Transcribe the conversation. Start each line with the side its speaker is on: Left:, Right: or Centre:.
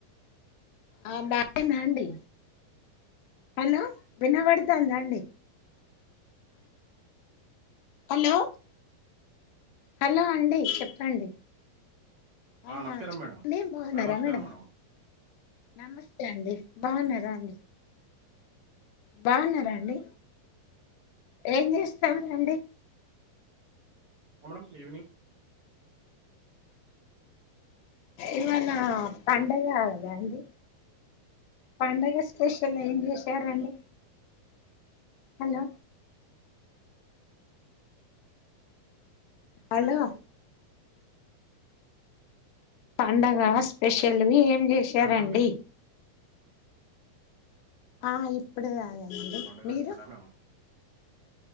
Left: ఆ బా మండడి హలో వినబడుతుాందా అండి హలో హలో అండి చెప్పండి ఆ
Right: నమస్కారం
Left: చెప్పడి
Right: మేడం
Left: బాగున్నారా
Right: ఆ, నమస్కారం
Left: మేడం
Right: ఆ,
Left: నమస్తే అండి బాగున్నార అండి బాగున్నాండి ఏం చేస్తాం రండి
Right: మేడడం ఈవిెనింగ్
Left: ఇవా నా పండగ అదా అండి పడుగ స్పెషల్ ఏం చేూసారంండి హలో హలో పండగ స్పెషల్వి ఏం చేసారంండి
Right: రా మేడం మీరు
Left: ఆ ఇప్పుడుదాగానండి
Right: పండుగ
Left: మీరు
Right: చూడాలా మేడం